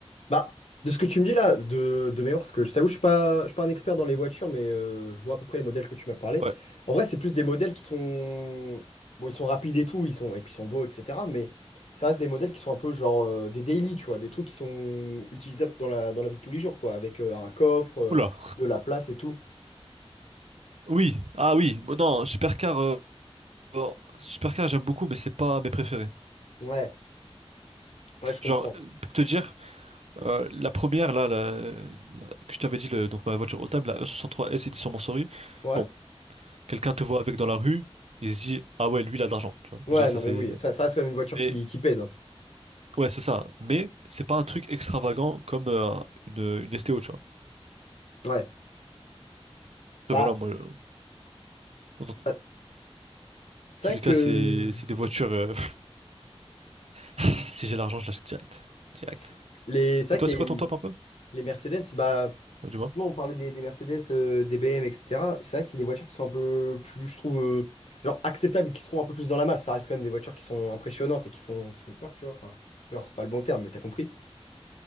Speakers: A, on the left; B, on the right.
A: Bah, de ce que tu me dis là, de, de mémoire, parce que je t'avoue, je suis pas, je suis pas un expert dans les voitures, mais euh, je vois à peu près les modèles que tu m'as parlé.
B: Ouais.
A: En vrai, c'est plus des modèles qui sont... Bon, ils sont rapides et tout, ils sont... et puis ils sont beaux, etc. Mais ça reste des modèles qui sont un peu genre euh, des daily, tu vois, des trucs qui sont utilisables dans la, dans la vie de tous les jours, quoi, avec euh, un coffre, euh,
B: Oula.
A: de la place et tout.
B: Oui, ah oui, Bon, non, Supercar, euh, alors, Supercar j'aime beaucoup, mais c'est pas mes préférés.
A: Ouais, ouais, je
B: Genre,
A: comprends.
B: euh, pour te dire, Euh, la première, là, la- la- que je t'avais dit, le- donc ma voiture all-time, la E63S édition Mansory.
A: Ouais.
B: Bon, quelqu'un te voit avec dans la rue, il se dit, ah ouais, lui, il a de l'argent. tu vois.
A: Ouais,
B: Déjà, ça
A: non,
B: c'est.
A: mais oui, ça, ça reste quand même une voiture
B: Mais,
A: qui, qui pèse. hein.
B: ouais, c'est ça. Mais, c'est pas un truc extravagant comme euh, une, une STO, tu vois.
A: Ouais.
B: Après,
A: Bah,
B: voilà, moi, euh, bon, dans
A: euh, c'est
B: tous
A: vrai
B: les
A: que
B: cas, c'est c'est des voitures. euh, <laughs> si j'ai l'argent, je l'achète direct. Direct.
A: c'est- les, c'est
B: Et
A: vrai
B: toi,
A: que
B: c'est quoi
A: les,
B: ton top un peu?
A: les Mercedes, bah,
B: Ouais, dis-moi.
A: nous, on parlait des, des Mercedes, euh, des BM, etc. C'est vrai que c'est des voitures qui sont un peu plus, je trouve, euh, genre acceptables, qui se font un peu plus dans la masse. Ça reste quand même des voitures qui sont impressionnantes et qui font, qui font peur, tu vois. Enfin, peur, c'est pas le bon terme, mais t'as compris.